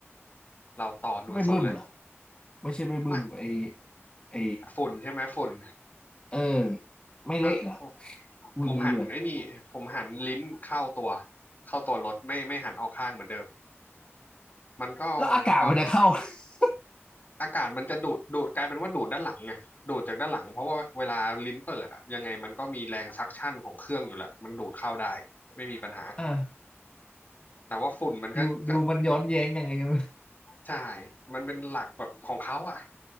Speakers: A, on the left; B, on the left.
A: เราต่อดูดสดเลย
B: ไม่บึ้มเหรอไม่ใช่ไม่บึ้มไอ
A: ไม่
B: ไอ
A: ฝุ่นใช่ไหมฝุ่น
B: เออไม่เละเหรอ
A: เออผม
B: พูดงี้ดีกว่า
A: ผมหันไอ้นี่ผมหันลิ้นเข้าตัวเข้าตัวรถไม่ไม่หันออกข้างเหมือนเดิมมันก็กอง
B: แล้วอากาศมันจะเข้า <laughs>
A: อากาศมันจะดูดดูดกลายเป็นว่าดูดด้านหลังไงดูดจากด้านหลังเพราะว่าเวลาลิ้นเปิดอะยังไงมันก็มีแรงซักชั่นของเครื่องอยู่แหละ มันดูดเข้าได้ ไม่มีปัญหา
B: อ่า
A: แต่ว่าฝุ่นมันก็ก็
B: ดูดูมันย้อนแย้งยังไงไม่
A: ใช่มันเป็นหลักแบบของเขาอะ